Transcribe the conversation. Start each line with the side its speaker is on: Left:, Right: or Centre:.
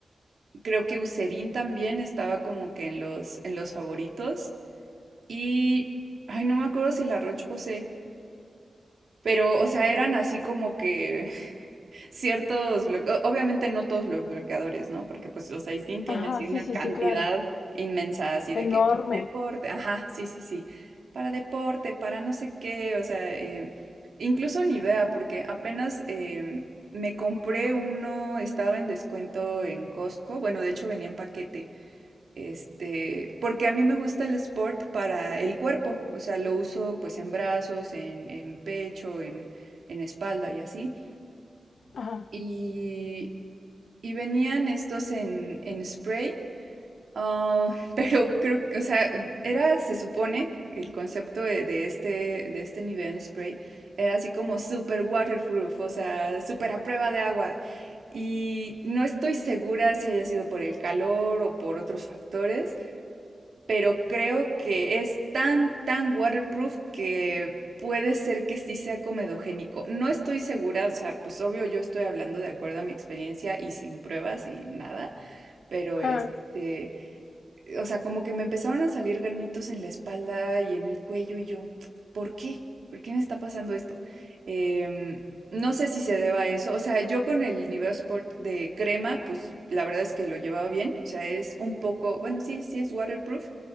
Right: creo que Userin también estaba como que en los, en los favoritos y, ay, no me acuerdo si la Roche Posay Pero, o sea, eran así como que <laughs> ciertos bloqueos, obviamente no todos los bloqueadores, ¿no? Porque pues, o sea, Isdin tiene
Left: Ajá,
Right: así
Left: sí,
Right: una
Left: sí,
Right: cantidad
Left: sí, claro.
Right: inmensa, así de
Left: enorme.
Right: que para deporte, ajá, sí, sí, sí, para deporte, para no sé qué, o sea, eh, incluso ni vea porque apenas em, me compré uno, estaba en descuento en Costco, bueno, de hecho venía en paquete, este, porque a mí me gusta el sport para el cuerpo, o sea, lo uso pues en brazos, en, en pecho, en, en espalda y así.
Left: Ajá.
Right: Y, y venían estos en, en spray, ah, <laughs> pero creo, que, o sea, era, se supone, el concepto de, de este, de este nivel en spray era así como super waterproof, o sea, super a prueba de agua. Y no estoy segura si haya sido por el calor o por otros factores pero creo que es tan, tan waterproof que puede ser que sí sea comedogénico. No estoy segura, o sea, pues obvio yo estoy hablando de acuerdo a mi experiencia y sin pruebas y nada, pero
Left: Ajá.
Right: este, o sea, como que me empezaron a salir granitos en la espalda y en el cuello y yo, ¿por qué? ¿Por qué me está pasando esto? Em, no sé si se deba a eso. O sea, yo con el Nivea Sport de crema, pues la verdad es que lo llevaba bien. O sea, es un poco, bueno, sí, sí es waterproof,